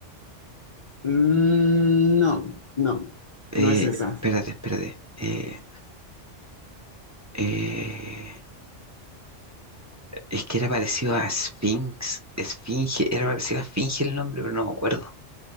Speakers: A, on the left; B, on the right.
A: Mm, no, no,
B: Eh,
A: no es esa.
B: espérate, espérate. Eh, eh, Es que era parecido a Sphinx, Esfinge, era parecido a Esfinge el nombre, pero no me acuerdo,